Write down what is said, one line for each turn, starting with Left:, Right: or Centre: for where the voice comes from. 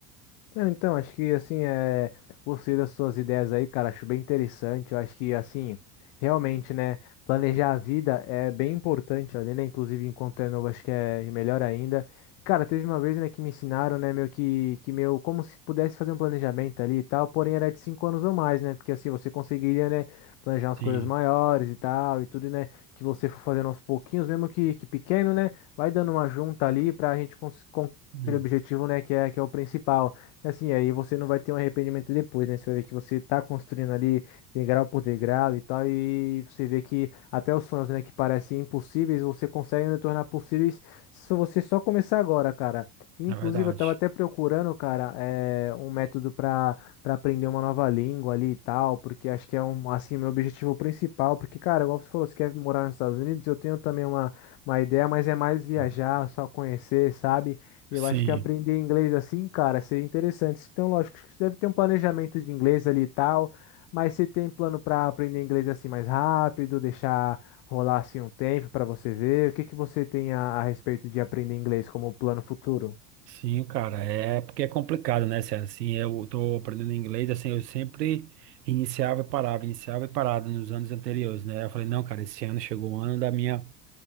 Left: Não, então, acho que assim, é, gostei das suas ideias aí, cara, acho bem interessante. Eu acho que assim, realmente, né, planejar a vida é bem importante ali, né? Inclusive, enquanto é novo, acho que é melhor ainda. E, cara, teve uma vez, né, que me ensinaram, né, meu que, que meu, como se pudesse fazer um planejamento ali e tal, porém era de cinco anos ou mais, né? Porque assim você conseguiria, né, planejar umas
Right: Sim,
Left: coisas maiores e tal, e tudo, né, que você for fazendo aos pouquinhos, mesmo que, que pequeno, né, vai dando uma junta ali pra gente cons- conseguir
Right: Hum,
Left: o objetivo, né, que é, que é o principal. Assim, aí você não vai ter um arrependimento depois, né? Você vai ver que você tá construindo ali degrau por degrau e tal, e você vê que até os sonhos, né, que parecem impossíveis, você consegue né, tornar possíveis se você só começar agora, cara. E,
Right: é
Left: Inclusive,
Right: verdade.
Left: eu tava até procurando, cara, eh, um método para para aprender uma nova língua ali e tal, porque acho que é um, assim, meu objetivo principal, porque, cara, igual você falou, você quer morar nos Estados Unidos, eu tenho também uma, uma ideia, mas é mais viajar,
Right: Hum.
Left: só conhecer, sabe? Eu
Right: Sim,
Left: acho que aprender inglês assim, cara, seria interessante. Então, lógico, que você deve ter um planejamento de inglês ali e tal, mas você tem plano para aprender inglês assim mais rápido, deixar rolar assim um tempo para você ver? O que que você tem a, a respeito de aprender inglês como plano futuro?
Right: sim, cara. É porque é complicado, né, Sérgio? Assim, eu tô aprendendo inglês, assim, eu sempre iniciava e parava, iniciava e parava nos anos anteriores, né? Eu falei, não, cara, esse ano chegou o ano da minha,